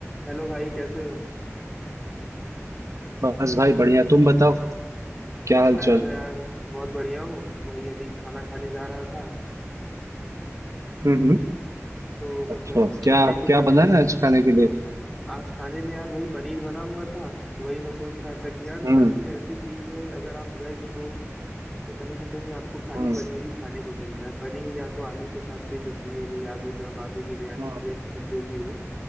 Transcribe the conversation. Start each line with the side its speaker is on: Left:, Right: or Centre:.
Centre: Hello भाई कैसे हो
Right: बस भाई बढ़िया तुम बताओ क्या हाल
Centre: मैं
Right: चाल
Centre: तो यार बहुत बढ़िया हूँ वही अभी खाना खाने जा रहा था
Right: हम्म हम्म।
Centre: तो
Right: अच्छा
Centre: मतलब खाने
Right: क्या
Centre: के
Right: क्या
Centre: बारे
Right: बना
Centre: में
Right: है आज खाने के लिए
Centre: आज खाने में यार वही पनीर बना हुआ था तो वही मैं सोच रहा था कि यार
Right: हम्म
Centre: पनीर ऐसी चीज है अगर आप वेज हो तो कहीं ना कहीं आपको खाली
Right: हम्म
Centre: पनीर ही खाने को मिलता है पनीर या तो आलू के साथ कोई सब्जी हो गई आलू दम आलू बिरयानी
Right: हम्म
Centre: अरे मतलब जो भी हो